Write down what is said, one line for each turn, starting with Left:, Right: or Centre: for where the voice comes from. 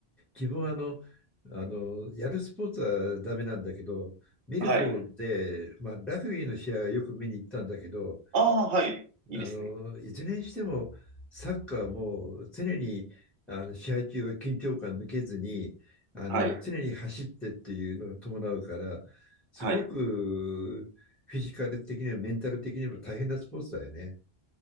Centre: 自分はあの、あの、やるスポーツはダメなんだけど、見る方で、
Right: はい。
Centre: まあ、ラグビーの試合はよく見に行ったんだけど、
Right: ああ、はい。いいですね。
Centre: あの、いずれにしても、サッカーはもう常にあの試合中は緊張感抜けずに、あの常に走ってっていうのが伴うから、
Right: はい。
Centre: すごくフィジカル的にもメンタル的にも大変なスポーツだよね。
Right: はい。